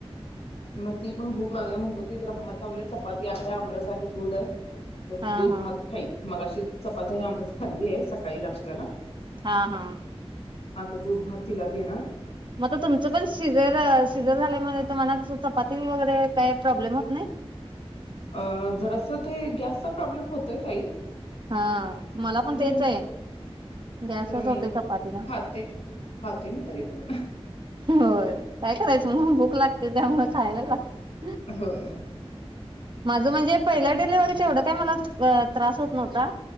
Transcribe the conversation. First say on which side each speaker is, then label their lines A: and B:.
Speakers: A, on the left; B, on the right.
A: मग ती पण भूक लागली म्हणत होती, जरा भात लावली चपाती आहे, आमरस आहे, दूध आहे तर
B: हा
A: दूध
B: हा
A: भात खाईल, मगाशी क चपाती आणि आमरस खाल्ली ये सकाळी नाष्ट्याला
B: हा हा
A: आता दूध - भात तिला देणार
B: मग तुमचं पण शिजर शिजर झाल्या म तुम्हाला चपाती वगैरे काही प्रॉब्लेम होत नाही?
A: अ जर असं ते गॅसचा प्रॉब्लेम होतोय ताई
B: हा मला पण
A: खरं
B: तेच
A: मी
B: आहे गॅसच
A: खरं मी
B: होते चपातीन,
A: खाते खाते मी तरी पण
B: होय काय करायचं म्हणून भूक लागते त्यामुळ खायलाच लाग
A: होय
B: माझं म्हणजे पहिल्या डिलेवरीत एवढं काही मला त्रास होत नव्ह ता